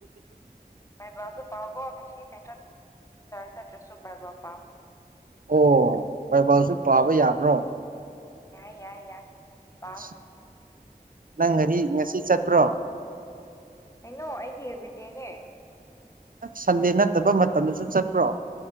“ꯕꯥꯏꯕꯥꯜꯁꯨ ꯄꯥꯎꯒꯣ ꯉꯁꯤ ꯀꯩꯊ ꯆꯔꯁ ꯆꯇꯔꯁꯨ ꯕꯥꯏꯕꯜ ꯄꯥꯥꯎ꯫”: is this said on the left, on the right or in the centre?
Left